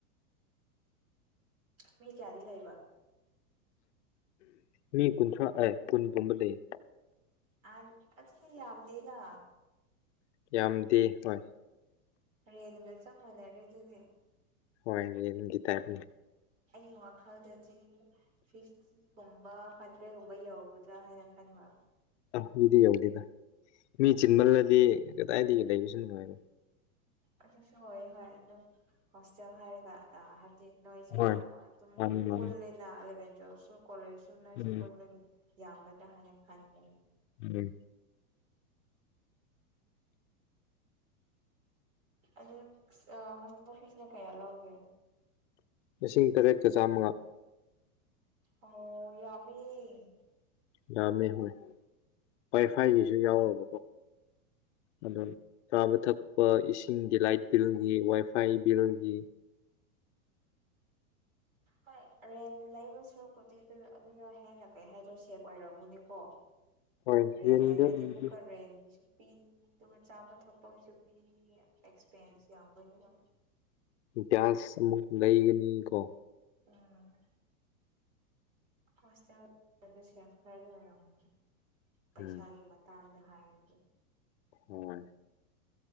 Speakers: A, on the right (about 65°); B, on the left (about 50°).
A: ꯃꯤ ꯀꯌꯥꯗꯤ ꯂꯩꯕ
B: ꯃꯤ ꯀꯨꯟꯊ꯭ꯔꯥ ꯑꯦ ꯀꯨꯟ ꯀꯨꯝꯕ ꯂꯩꯌꯦ
A: ꯑ ꯑꯗꯨꯗ ꯌꯥꯝꯗꯦꯗ
B: ꯌꯥꯝꯗꯦ ꯍꯣꯏ
A: ꯔꯦꯟꯒ ꯆꯞ ꯃꯅꯔꯦ ꯑꯗꯨꯗꯤ
B: ꯍꯣꯏ ꯔꯦꯟꯒꯤ ꯇꯥꯏꯞꯅꯦ
A: ꯑꯩꯒꯤ ꯋꯥꯈꯜꯗꯗꯤ ꯐꯤꯁ ꯐꯤꯄꯨꯝꯕ ꯍꯟꯗ꯭ꯔꯦꯒꯨꯝꯕ ꯌꯧꯒꯗ꯭ꯔꯥ ꯍꯥꯏꯅ ꯈꯟꯕ
B: ꯑꯗꯨꯗꯤ ꯌꯧꯗꯦꯗ ꯃꯤ ꯆꯤꯟꯃꯜꯂꯗꯤ ꯀꯗꯥꯏꯗꯒꯤ ꯂꯩꯕꯁꯨ ꯅꯨꯡꯉꯥꯏꯔꯣꯏ
A: ꯑꯗꯨꯁꯣ ꯑꯣꯏꯌꯦ ꯍꯣꯏ ꯑꯗꯨꯝ ꯍꯣꯁꯇꯦꯟ ꯍꯥꯏꯔꯒ ꯑ ꯅꯣꯏꯁꯦ
B: ꯍꯣꯏ
A: ꯌꯥꯝ ꯑꯗꯨꯝ
B: ꯃꯥꯅꯤ ꯃꯥꯅꯤ
A: ꯄꯨꯜꯂꯦꯅ ꯑꯂꯚꯦꯟ ꯇꯨꯋꯦꯜꯞꯁꯨ ꯀꯣꯂꯦꯖꯁꯨ ꯅꯣꯏꯁꯨ
B: ꯎꯝ
A: ꯄꯨꯟꯕꯒꯤ ꯌꯥꯝꯒꯗ꯭ꯔꯥ ꯍꯥꯏꯅ ꯈꯟꯕ
B: ꯎꯝ
A: ꯑꯗꯨ ꯑꯥꯁ ꯑꯃꯥ ꯍꯣꯁꯇꯦꯜ ꯐꯤꯁꯦ ꯀꯌꯥ ꯂꯧꯒꯦ
B: ꯂꯤꯁꯤꯡ ꯇꯔꯦꯠꯀ ꯆꯥꯝꯃꯉꯥ
A: ꯑꯣ ꯌꯥꯃꯦꯍꯦ
B: ꯥꯌꯥꯝꯃꯦ ꯍꯣꯏ ꯋꯥꯏꯐꯥꯏꯒꯤꯁꯨ ꯌꯥꯎꯔꯕꯀꯣ ꯑꯗꯨ ꯆꯥꯕ ꯊꯛꯄ ꯏꯁꯤꯡꯒꯤ ꯂꯥꯏꯠ ꯕꯤꯜꯒꯤ ꯋꯥꯏꯐꯥꯏ ꯕꯤꯜꯒꯤ
A: ꯍꯣꯏ ꯔꯦꯟ ꯂꯩꯕ ꯁꯔꯨꯛꯄꯨꯗꯤ ꯑꯗꯨ ꯑꯗꯨꯅ ꯍꯦꯟꯅ ꯀꯩ ꯍꯥꯏꯗꯣ ꯁꯦꯞ ꯑꯣꯏꯔꯝꯃꯨꯅꯤꯀꯣ
B: ꯍꯣꯏ
A: ꯔꯦꯟ
B: ꯔꯦꯟꯗ
A: ꯂꯩꯔꯗꯤꯃꯨꯛꯀ
B: ꯂꯩꯕꯗꯤ
A: ꯔꯦꯟꯒꯤꯁꯨ ꯄꯤꯅꯤ ꯑꯗꯨꯒ ꯆꯥꯕ ꯊꯛꯄꯒꯤꯁꯨ ꯄꯤꯅꯤ ꯑꯦꯛꯁꯄꯦꯟꯁ ꯌꯥꯝꯒꯅꯤꯕ
B: ꯒꯌ꯭ꯥꯁ ꯑꯃꯨꯛ ꯂꯩꯒꯅꯤ ꯀꯣ
A: ꯎꯝ ꯍꯣꯁꯇꯦꯜ ꯗꯗꯤ ꯁꯦꯞ ꯈꯔꯗꯤ ꯑꯣꯏꯔꯝꯒꯅꯤ ꯄꯩꯁꯥꯒꯤ
B: ꯎꯝ
A: ꯃꯇꯥꯡꯗ ꯍꯥꯏꯔꯗꯤ
B: ꯍꯣꯏ